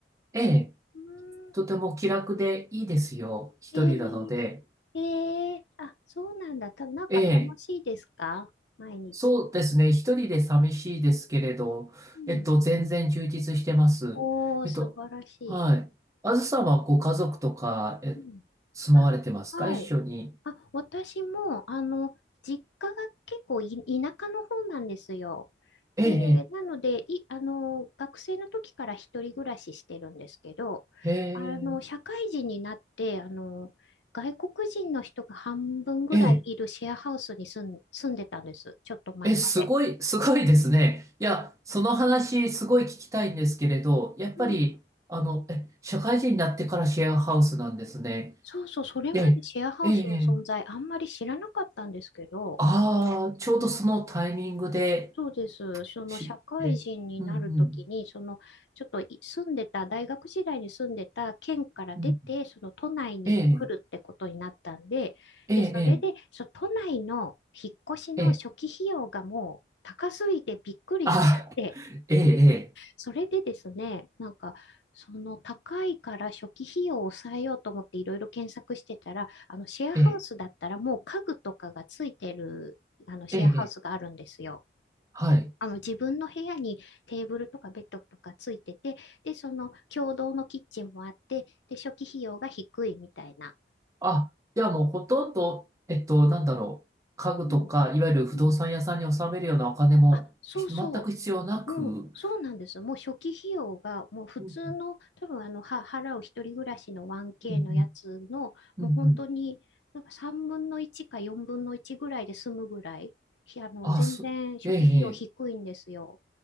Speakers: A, on the right (about 20°); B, on the left (about 85°).
A: ええ、
B: うーん
A: とても気楽でいいですよ。一人なので。
B: えー、えー、あ、そうなんだ。た、なんか楽しいですか毎日。
A: ええ、そうですね。一人で寂しいですけれど、
B: うん。
A: えっと、全然充実してます。
B: おー、
A: えっと、
B: 素晴らしい。
A: はい。あずさんはご家族とか、え、
B: うんあ、
A: 住まわれてますか一緒に。
B: はい。あ、私も、あの、実家が結構い田舎の方なんですよ。
A: ええ、
B: で、なので、い、あの、学生の時から一人暮らししてるんですけど、
A: ええ、
B: あの、社会人になって、あの、外国人の人が半分ぐらいいるシェアハウスに住ん、
A: ええ、え
B: 住んでたんです。ちょっと前まで。
A: え、すごい、すごいですね。いや、その話、すごい聞きたいんですけれど、やっぱり、
B: うん。
A: あの、え、社会人になってからシェアハウスなんですね。
B: そうそう、それまでシェアハウスの存在あんまり知らなかったんですけど、
A: ええ、ええ、ああ、ちょうどそのタイミングで
B: うんそうです。その社会人になるときに、
A: 知って、うん、うん、
B: そのちょっとい住んでた、大学時代に住んでた県から出て、
A: うん、
B: その都内に来るってことになったんで、
A: ええ、ええ、
B: で、それで、そ都内の引っ越しの初期費用がもう高すぎてびっくりしちゃって、
A: ええ、ええあ、ええ、
B: それでですね、なんか、その高いから初期費用を抑えようと思っていろいろ検索してたら、あのシェアハウスだったらもう家具とかがついてるあのシェアハウスがあるんですよ。
A: ええ、ええ、ええはい。
B: あの自分の部屋にテーブルとかベッドとかついてて、で、その共同のキッチンもあって、で、初期費用が低いみたいな。
A: あ、じゃあもうほとんど、えっと、なんだろう、
B: うん。
A: 家具とか、
B: うん
A: いわゆる不動産屋さんに納めるようなお金も、
B: うんあ、そうそ
A: ひ全く必要なく、
B: う。もう、そうなんです。もう初期費用が、もう普通の、
A: うん
B: 多分あの、は、払う一人暮らしの 1K
A: うん
B: のやつの、
A: うんうんうん
B: もう本当に、なんか3分の1か4分の1ぐらいで済むぐらい、ひあの、
A: あ、
B: 全然初期費用低いんですよ。
A: そ、ええ、